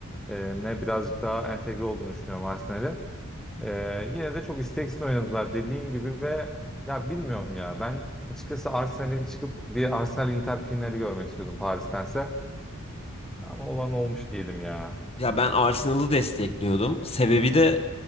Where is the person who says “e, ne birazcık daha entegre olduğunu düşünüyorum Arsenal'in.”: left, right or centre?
Centre